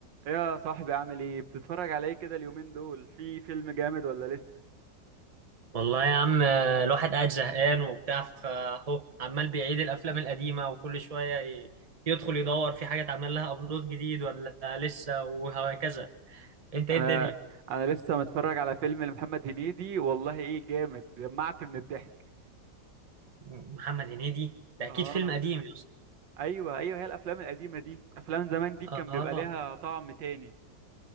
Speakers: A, on the right (about 80°); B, on the right (about 20°).
A: يا صاحبي عامل ايه بتتفرج على ايه كده اليومين دول في فيلم جامد ولا لسه
B: والله يا عم آه، الواحد قاعد زهقان وبتاع فاهو عمال بيعيد الافلام القديمه وكل شويه ي- يدخل يدور في حاجه اتعمل لها ابلود جديد ولا لسه وهكذا انت ايه
A: انا
B: الدنيا
A: انا لسه متفرج على فيلم لمحمد هنيدي والله ايه جامد دمعت من الضحك
B: محمد هنيدي ده اكيد
A: اه
B: فيلم قديم يا اسطى
A: ايوه ايوه هي الافلام القديمه دي افلام زمان دي
B: اه
A: كان بيبقى ليها طعم تاني